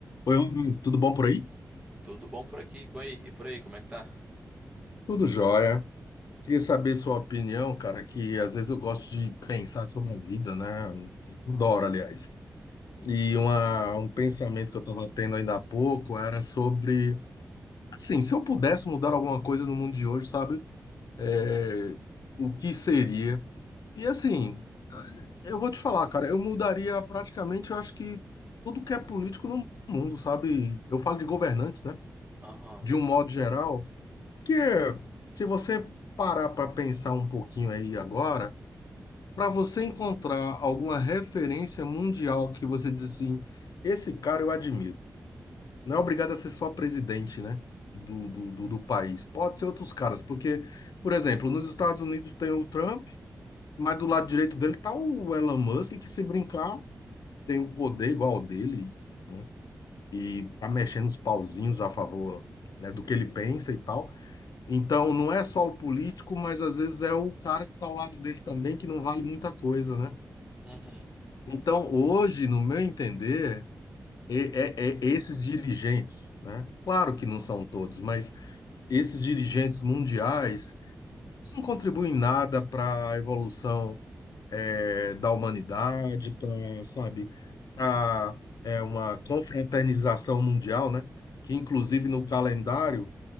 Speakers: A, on the left; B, on the right.
A: Oi, Rubinho, tudo bom por aí?
B: Tudo bom por aqui, com aí, e por aí, como é que tá?
A: Tudo jóia. Queria saber sua opinião, cara, que às vezes eu gosto de pensar sobre a vida, né? Adoro, aliás. E uma, um pensamento que eu estava tendo ainda há pouco era sobre, assim, se eu pudesse mudar alguma coisa no mundo de hoje, sabe? É,
B: Uhum,
A: o que seria? E assim, eu vou te falar, cara, eu mudaria praticamente, eu acho que tudo que é político no mundo, sabe? Eu falo de governantes, né?
B: aham,
A: De um modo geral. Que se você parar para pensar um pouquinho aí agora, para você encontrar alguma referência mundial que você diz assim, esse cara eu admiro. Não é obrigado a ser só presidente, né? Do, do, do, do país. Pode ser outros caras, porque, por exemplo, nos Estados Unidos tem o Trump, mas do lado direito dele tá o Elon Musk, que se brincar, tem o poder igual ao dele, né? E tá mexendo os pauzinhos a favor, né, do que ele pensa e tal. Então, não é só o político, mas às vezes é o cara que está ao lado dele também, que não vale muita coisa, né?
B: uhum,
A: Então, hoje, no meu entender, e- é, é esses dirigentes, né? Claro que não são todos, mas esses dirigentes mundiais eles não contribuem nada para a evolução eh, da humanidade, para, sabe, para uma confraternização mundial, né? Que inclusive no calendário